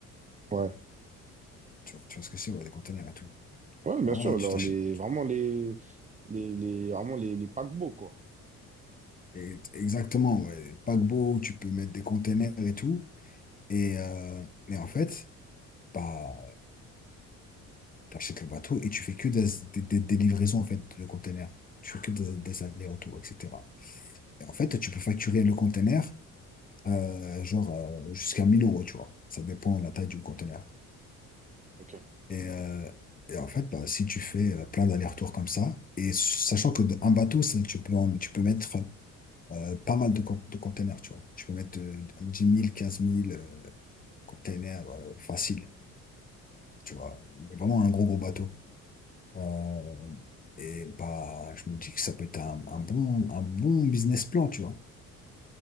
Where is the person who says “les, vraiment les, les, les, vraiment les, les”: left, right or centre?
Right